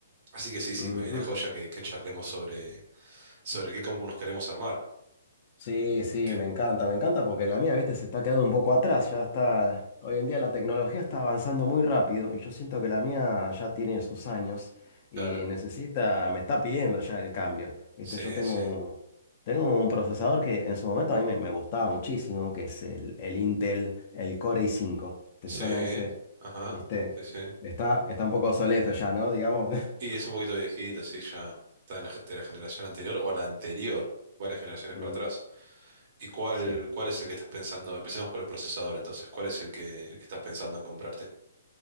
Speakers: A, on the right; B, on the left.
A: así que sí, sí,
B: Ujú.
A: me viene joya que, que charlemos sobre, sobre qué compu nos queremos armar.
B: Sí, sí,
A: Que,
B: me encanta, me encanta porque la mía, viste, se está quedando un poco atrás, ya está, hoy en día la tecnología está avanzando muy rápido y yo siento que la mía ya tiene sus años y
A: claro.
B: necesita, me está pidiendo ya el cambio, viste,
A: Sí,
B: yo tengo
A: sí.
B: un, tengo un procesador que en su momento a mí me, me gustaba muchísimo, que es el, el Intel, el Core i5, ¿te
A: Sí.
B: suena ese?
A: Ajá.
B: Viste,
A: Sí, sí.
B: está, está un poco obsoleto ya, ¿no? Digamos, <laughs>
A: Y es un poquito viejito, sí, ya está en la, ge- de la generación anterior o la anterior, varias generaciones
B: Mm,
A: para atrás. ¿Y cuál,
B: sí.
A: cuál es el que estás pensando? Empecemos por el procesador entonces. ¿Cuál es el que, el que estás pensando en comprarte?